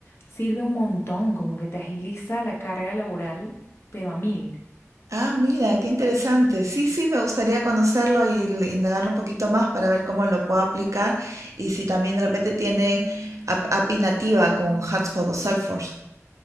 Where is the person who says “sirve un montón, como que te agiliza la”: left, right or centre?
Left